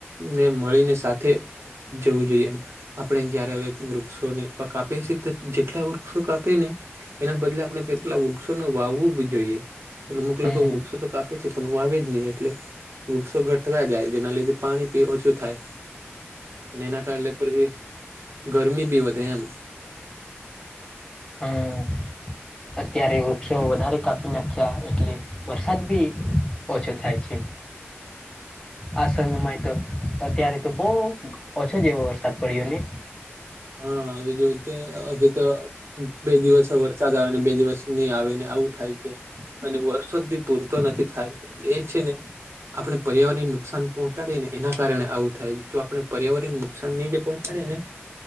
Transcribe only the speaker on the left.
હમ
હમ અત્યારે વૃક્ષો વધારે કાપી નાખ્યા એટલે વરસાદ બી ઓછો થાય છે. આ સમયમાં તો અત્યારે તો બહુ ઓછો જ એવો વરસાદ પડ્યો ને?